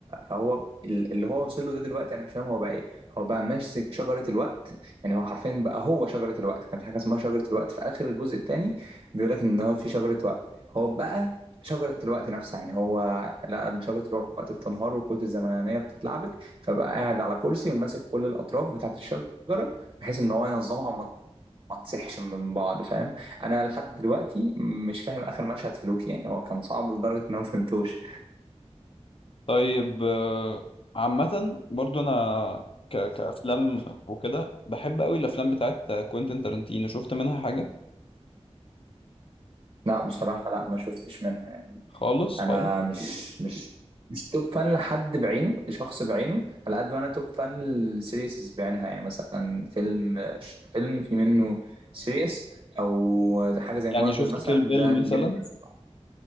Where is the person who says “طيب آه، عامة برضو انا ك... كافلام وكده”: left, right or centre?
Left